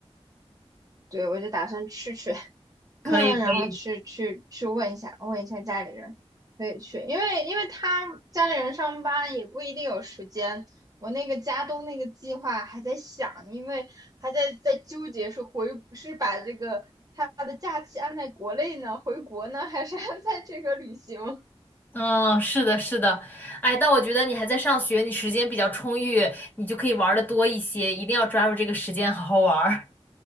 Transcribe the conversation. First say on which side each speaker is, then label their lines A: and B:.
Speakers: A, on the right; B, on the left.
A: 对，我就打算去去。<laughs>
B: 可以可以，
A: 嗯，然后去去去问一下，问一下家里人，可以去，因为因为他家里人上班也不一定有时间。我那个家东那个计划还在想，因为还在在纠结是回是把这个他的假期安在国内呢，回国呢，还是安在这个旅行？
B: 嗯，是的，是的，哎，但我觉得你还在上学，你时间比较充裕，你就可以玩的多一些，一定要抓住这个时间好好玩儿。